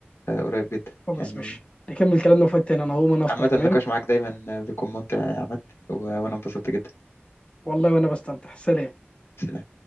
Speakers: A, on the left; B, on the left.
A: آه، قريب جدا
B: خلاص
A: يعني
B: ماشي نكمل كلامنا في وقت تاني انا هقوم انا افطر
A: عامة
B: تمام
A: النقاش معاك دايما بيكون ممتع يا عماد و- وانا انبسطت جدا
B: والله وانا بستمتع سلام
A: سلام